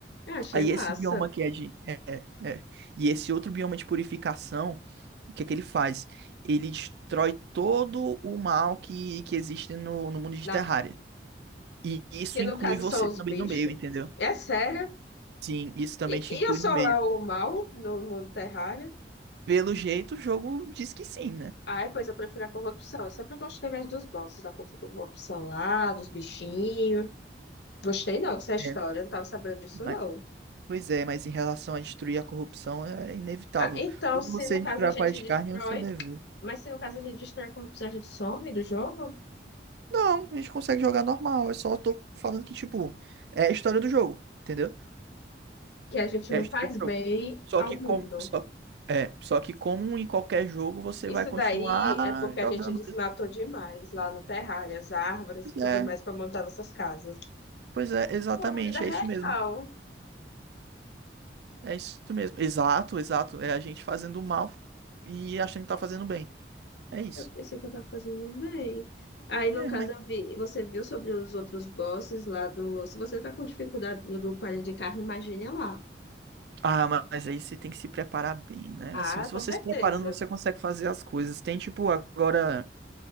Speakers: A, on the left; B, on the right.
A: Eu achei
B: Aí
A: massa.
B: esse bioma que é de. É, é. é. E esse outro bioma de purificação, o que é que ele faz? Ele destrói todo o mal que, que existe no, no mundo de
A: Na,
B: Terraria. E isso
A: que no
B: inclui
A: caso
B: você
A: são os
B: também
A: bichos.
B: no meio, entendeu?
A: É sério.
B: Sim, isso também
A: E,
B: te
A: e
B: inclui
A: eu sou
B: no meio.
A: lá o mal no mundo terrário.
B: Pelo jeito, o jogo diz que sim, né?
A: Ai, pois eu prefiro a corrupção. Eu sempre gostei mais dos bosses, da corrupção lá, dos bichinhos. Gostei não dessa história,
B: É,
A: eu não tava sabendo disso
B: mas-
A: não.
B: pois é, mas em relação a destruir a corrupção é inevitável.
A: Ah, então,
B: Como
A: se
B: você
A: no
B: destruir
A: caso a
B: a
A: gente
B: parede
A: destrói,
B: de carne, é o seu dever.
A: mas se no caso a gente destrói a corrupção, a gente some do jogo,
B: Não, a gente consegue jogar normal. Eu só tô falando que, tipo, é a história do jogo, entendeu?
A: que a gente
B: É
A: não
B: a história
A: faz
B: do
A: bem
B: jogo. Só
A: ao
B: que como,
A: mundo.
B: só, é, só que como em qualquer jogo, você
A: Isso
B: vai continuar
A: daí é porque a
B: jogando.
A: gente desmatou demais lá no terrário, as árvores
B: Pois
A: e tudo
B: é,
A: mais para montar nossas casas.
B: pois é, exatamente,
A: Pô, a vida real.
B: é isso mesmo. É isso mesmo. Exato, exato. É a gente fazendo mal e achando que tá fazendo bem. É isso.
A: Eu pensei que eu estava fazendo bem. Aí, no
B: É,
A: caso,
B: mas-
A: eu vi- você viu sobre os outros bosses lá do. Se você está com dificuldade no do palha de carne, imagine lá.
B: Ah, ma- mas aí você tem que se preparar bem, né?
A: Ah,
B: Assim, se
A: com
B: você
A: certeza.
B: se preparando, você consegue fazer as coisas. Tem tipo, agora.